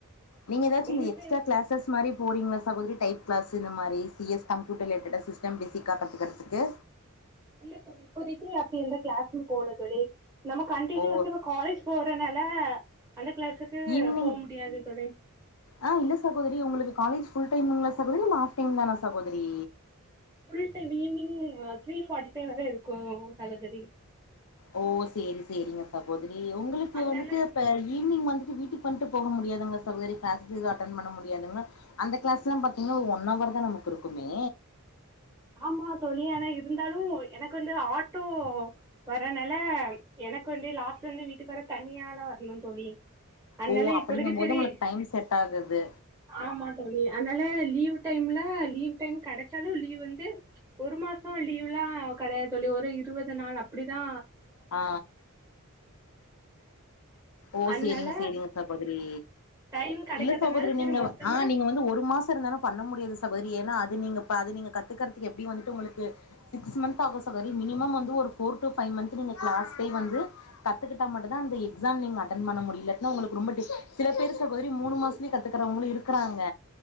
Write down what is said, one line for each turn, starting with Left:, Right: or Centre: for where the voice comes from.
Left: நீங்க ஏதாச்சும்
Right: உங்களுக்கு
Left: இந்த எக்ஸ்ட்ரா கிலாஸஸ் மாரி போறீங்களா ஸ் சகோதரி டைப் கிளஸ் இந்த மாரி சி எஸ் கம்யூட்டர் ரிலேட்டட்டா ஸ் சஸ்டம் பேசிக்கா கத்துக்கறது ஓகே
Right: இல்ல தோழி இப்போதைக்கு அப்டி எந்த கிளாஸ்ம் போல தோழி நம்ம கண்டின்யுஸா
Left: ஓ
Right: இப்ப காலேஜ் போறனால அந்த கிளாஸுக்கு
Left: ஈவினிங்
Right: போ முடியாது தோழி
Left: ஆ இல்ல சகோதரி உங்களுக்கு காலேஜ் ஃபுல் டைமுங்ளா சகோதரி இல்ல ஆஃப் டைம் தானா சாகோதரி
Right: full time evening three forty five வர இருக்கு சகோதரி
Left: ஓ சேரி சேரிங்க சகோ தரி உங்களுக்கு
Right: அதனால
Left: வந்துட்டு இப்ப ஈவினிங் வந்து வீட்டுக்கு வன்ட்டு போக முடியாதுங்ளா சகோதரி க்ளாஸ் எது அட்டன் பண்ண முடியாதுங்ளா அந்த கிளாஸ்லா பாத்திங்னா ஒரு ஒன் அவர்தா நமக்கிருக்குமே
Right: ஆமா தோழி ஆனா இருந்தாலு எனக்கு வந்து ஆட்டோ வர்றனால எனக்கு வந்து லாஸ்ட் வந்து வீட்டுக்கு வர தனியால வரணு தோழி அதனால
Left: ஓ அப்படிங்கும்
Right: இப்பதைக்கு
Left: போது
Right: செரி
Left: உங்களுக்கு டைம் செட் ஆகுது
Right: ஆமா தோழி அதனால லீவு டைம்ல லீவ் டைம் கெடைச்சாலு லீவ் வந்து ஒரு மாச லீவ்லா கெடையாது தோழி ஒரு இருவது நாள் அப்படிதா
Left: ஆ ஓ
Right: அதனால
Left: சேரிங்க சேரிங்க சகோதரி
Right: டைம் கிடைக்காதனால
Left: இல்ல சகோதரி
Right: சரி
Left: நீங்க
Right: மொத்தமாக
Left: ஆ நீங்க வந்து ஒரு மாச இருந்தாலு பண்ண முடியாது சகோத ஏன்னா அது நீங்க ப அது நீங்க கத்துக்கறதுக்கு எப்டியு வந்துட்டு உங்களுக்கு சிக்ஸ் மன்த் ஆகு சகோரி மினிமம் வந்து ஒரு ஃபோர் டூ ஃபைவ் மன்த் நீங்க கிளாஸ்கே வந்து கத்துக்கிட்டா மட்டுந்தா அந்த எக்ஸாம் நீங்க அட்டன் பண்ண முடியு இல்லாட்னா உங்களுக்கு ரொம்ப டிஃபி சில பேர் சகோதரி மூணு மாசத்துலயே கத்துக்கறவங்களு இருக்கறாங்க